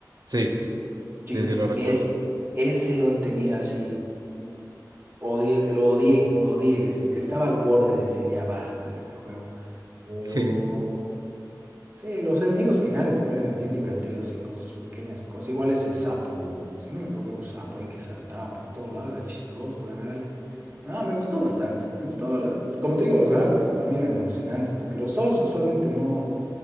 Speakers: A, on the right; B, on the right.
A: Sí, sí,
B: Chido,
A: sí, lo recuerdo.
B: ese, ese lo he tenido así Odié, lo odié, lo odié. Est- Estaba al borde de decir ya basta de este juego. Pero
A: Sí.
B: sí, los enemigos finales igual eran bien divertidos y con sus pequeñas cosas. Igual ese sapo, si no me equivoco, era un sapo ahí que saltaba por todo lado, era chistoso ganarle. Ah, me gustó bastante. Me gustó, la- como te digo, los gráficos para mí eran alucinantes, porque los Souls usualmente no,